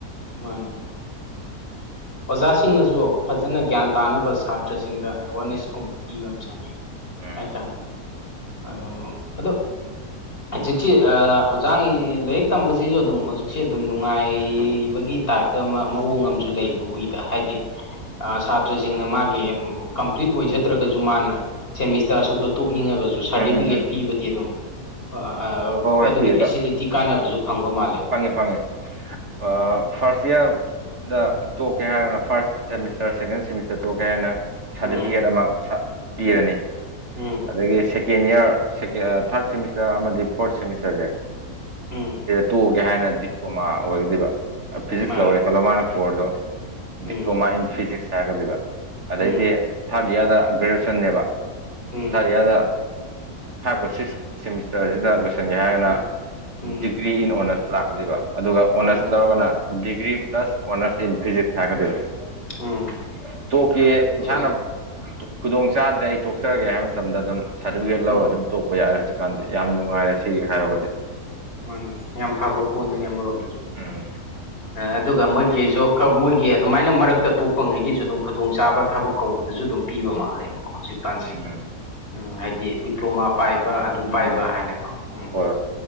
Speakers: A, on the left; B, on the right.
A: ꯃꯥꯅꯦ ꯑꯣꯖꯥꯁꯤꯡꯅꯖꯨ ꯐꯖꯟꯅ ꯒ꯭ꯌꯥꯟ ꯇꯥꯅꯕ ꯁꯥꯇ꯭ꯔꯁꯤꯡꯗ ꯑꯦꯋꯥꯔꯅꯦꯁꯀꯨꯝꯕ ꯄꯤꯕ ꯑꯃ ꯆꯪꯉꯦ
B: ꯎꯝ
A: ꯍꯥꯏꯇꯥꯔꯦ ꯑ ꯋꯣ ꯑꯧ ꯑꯗꯣ ꯈꯖꯤꯛꯁꯤ ꯑꯥ ꯑꯣꯖꯥꯒꯩꯖꯤ ꯂꯥꯏꯔꯤꯛ ꯇꯝꯕꯖꯤꯖꯨ ꯑꯗꯨꯝ ꯍꯧꯖꯤꯛꯖꯦ ꯑꯗꯨꯝ ꯅꯨꯡꯉꯥꯏ ꯕꯒꯤ ꯇꯥꯏꯞꯇ ꯑꯃ ꯃꯑꯣꯡ ꯑꯃꯁꯨ ꯂꯩꯕ ꯎꯏꯗ ꯍꯥꯏꯗꯤ ꯑ ꯁꯥꯇ꯭ꯔꯖꯤꯡꯅ ꯃꯥꯒꯤ ꯀꯝꯄ꯭ꯂꯤꯠ ꯑꯣꯏꯖꯗ꯭ꯔꯒꯖꯨ ꯃꯥꯅ ꯁꯦꯃꯤꯁꯇꯔ ꯑꯁꯨꯛꯇ ꯇꯣꯛꯅꯤꯡꯉꯒ ꯖꯨ ꯁꯥꯔꯗꯤꯕꯤꯒꯦꯠ
B: ꯎꯝ ꯎꯝ ꯎꯝ
A: ꯄꯤꯕꯗꯤ ꯑꯗꯨꯝ ꯑꯣ-ꯑ- ꯑꯥꯞ
B: ꯍꯣꯏ ꯍꯣꯏ
A: ꯑꯗꯨꯒꯤ
B: ꯄꯤ
A: ꯐꯦꯁꯤꯂꯤꯇꯤ
B: ꯑꯗ
A: ꯀꯥꯟꯅꯕꯖꯨ ꯐꯪꯕ ꯃꯥꯜꯂꯦ꯫
B: ꯐꯪꯉꯦ ꯐꯪꯉꯦ ꯑ ꯐꯥꯔꯁ ꯏꯌꯥꯔ ꯗ ꯇꯣꯛ ꯀꯦ ꯍꯥꯏꯔꯒꯅ ꯐꯥꯔꯁ ꯁꯦꯃꯤꯁꯇꯔ ꯁꯦꯀꯦꯟ ꯁꯦꯃꯤꯁꯇꯔ ꯊꯣꯛꯀꯦ ꯍꯥꯏꯅ ꯁꯥꯔꯗꯤꯕꯤꯒꯦꯠ
A: ꯎꯝ
B: ꯑꯃ ꯁ ꯄꯤꯔꯅꯤ
A: ꯎꯝ ꯎꯝ
B: ꯑꯗꯒꯤ ꯁꯦꯀꯦꯟ ꯏꯌꯔ ꯁꯦꯀꯦ ꯊꯥꯔꯠ ꯁꯦꯃꯤꯁꯇꯔ ꯑꯃꯗꯤ ꯐꯣꯔꯠ ꯁꯦꯃꯤꯁꯇꯔꯖꯦ
A: ꯎꯝ
B: ꯇꯣꯛꯒꯦ ꯍꯥꯏꯅ ꯗꯤꯄ꯭ꯂꯣꯃꯥ ꯑꯣꯏꯒꯗꯩꯕ ꯐꯤꯖꯤꯛꯁ
A: ꯃꯥꯅꯦ
B: ꯂꯧꯔꯦ ꯈꯜꯂꯣ ꯃꯥꯅ ꯐꯣꯔꯗꯣ
A: ꯎꯝ
B: ꯗꯤꯄ꯭ꯂꯣꯃꯥ ꯏꯟ ꯐꯤꯖꯤꯛꯁ ꯍꯥꯏꯔꯀꯗꯩꯕ ꯑꯗꯩꯗꯤ
A: ꯎꯝ
B: ꯊꯥꯔꯠ ꯏꯌꯥꯔꯗ ꯒ꯭ꯔꯦꯖꯦꯁꯟꯅꯦꯕ
A: ꯎꯝ
B: ꯑꯦꯌꯥꯗ ꯐꯥꯏꯞꯀ ꯁꯤꯛꯁ ꯁꯦꯃꯤꯁꯇꯔꯖꯤꯗ ꯂꯣꯏꯁꯟꯒꯦ ꯍꯥꯏꯔꯒꯅ
A: ꯎꯝ ꯎꯝ
B: ꯗꯤꯒ꯭ꯔꯤ ꯏꯟ ꯑꯣꯅꯔꯁ ꯂꯥꯛꯀꯗꯨꯏꯕ ꯑꯗꯨꯒ ꯑꯣꯅꯔꯁ
A: ꯎꯝ
B: ꯂꯧꯔꯒꯅ degree plus honours in physics ꯍꯥꯏꯔꯀꯗꯣꯏꯕ
A: ꯎꯝ
B: ꯇꯣꯛꯀꯦ ꯏꯁꯥꯅ
A: ꯁꯠ
B: ꯇꯨ ꯈꯨꯗꯣꯡꯆꯥꯥꯗ꯭ꯔꯦ ꯑꯩ ꯇꯣꯛꯆꯔꯒꯦ ꯍꯥꯏꯕ ꯃꯇꯝꯗ ꯑꯗꯨꯝ ꯁꯥꯔꯗꯤꯕꯤꯒꯦꯠ ꯂꯧꯔꯒ
A: ꯎꯝ
B: ꯑꯗꯨꯝ ꯇꯣꯛꯄ ꯌꯥꯔꯦ ꯍꯧꯖꯤꯛ ꯀꯥꯟꯗꯤ ꯌꯥꯝ ꯅꯨꯡꯉꯥꯏꯔꯦ ꯁꯤꯒꯤ ꯍꯥꯏꯔꯨꯒꯗꯤ
A: ꯃꯥꯅꯤ ꯌꯥꯝ ꯐꯕ ꯄꯣꯠꯅꯤꯅꯦ ꯑꯃꯔꯣꯝꯗꯖꯨ
B: ꯎꯝ
A: ꯑꯗꯨꯒ ꯃꯣꯏꯒꯤꯁꯨ ꯃꯣꯏꯒꯤ ꯑꯗꯨꯃꯥꯏꯅ ꯃꯔꯛꯇ ꯇꯣꯛꯄꯉꯩꯒꯤꯁꯨ ꯑꯗꯨꯝ ꯈꯨꯗꯣꯡꯆꯥꯥꯕ ꯊꯕꯛ ꯀꯧꯕꯗꯁꯨ ꯑꯗꯨꯝ ꯄꯤꯕ ꯃꯥꯜꯂꯦꯕꯀꯣ ꯍꯧꯖꯤꯛ ꯀꯁꯦ
B: ꯎꯝ
A: ꯎꯝ ꯍꯥꯏꯗꯤ ꯗꯤꯄ꯭ꯂꯣꯃꯥ ꯄꯥꯏꯕ ꯑꯗꯨ
B: ꯎꯝ
A: ꯄꯥꯏꯕ
B: ꯎꯝ
A: ꯍꯥꯏꯅꯀꯣ ꯎꯝ
B: ꯍꯣꯏ